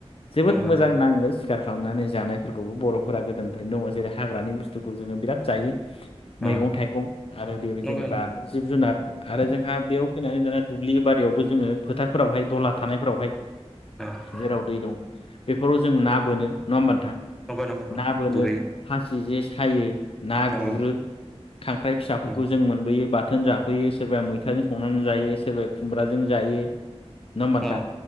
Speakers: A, on the left; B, in the centre.
A: जोबोद
B: नंगौ
A: मोजां नाङो सिखार खालामनानै जानाय फोरखौबो बर'फोरा गोदोनिफ्रायनो दङ जेरै हाग्रानि बुस्थुखौ जोङो बिराद जायो
B: नंगौ
A: मैगं थाइगं आरो बे
B: नंगौ
A: जेनेबा जिब जुनार आरो जोंहा बेयाव फैनानै दाना दुब्लि बारियावबो जोङो फोथारफोरावहाय दहला थानायफोरावहाय
B: नंगौ
A: जेराव दै दं बेफोराव जों ना बोनो नङा होमबा नोंथां
B: नंगौ नंगौ
A: ना बोनो
B: गुरैयै
A: फासि जे सायो ना
B: नंगौ
A: गुरो खांख्राइ फिसाफोरखौ
B: नंगौ
A: जों मोनबोयो बाथ बाथोन जाफैयो सोरबाया मैथाजों संनानै जायो सोरबाया खुमब्राजों जायो नङा होमबा नोंथां
B: औ